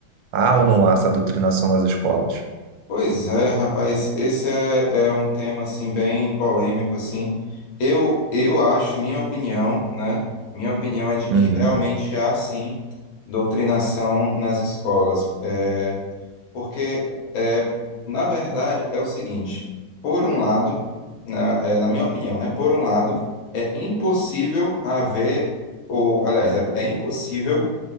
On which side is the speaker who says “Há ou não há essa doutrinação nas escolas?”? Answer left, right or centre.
Right